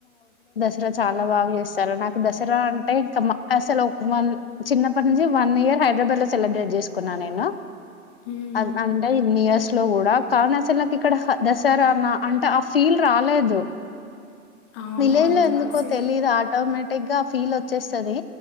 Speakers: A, on the left; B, on the left.
A: దస్రా చాలా బాగా జేస్తరు, నాకు దస్రా అంటే ఇంకా మాక అసల్ మన్ చిన్నప్పటి నుంచి వన్ ఇయర్ హైడ్రాబ్యాడ్లో సెలబ్రేట్ జేస్కున్నా నేను,
B: హ్మ్.
A: అద్ అంటే ఇన్ ఇయర్స్ ట్లో గూడా కానీ అస్సల్ నాకు ఇక్కడ హ దసరానా అంటే ఆ ఫీల్ రాలేదు
B: అవును.
A: విలేజ్లో
B: అంత
A: ఎందుకో
B: ఆ సిట్
A: తెలీదు ఆటోమేట్ టెగా ఆ ఫీల్ వొచ్చేస్తది,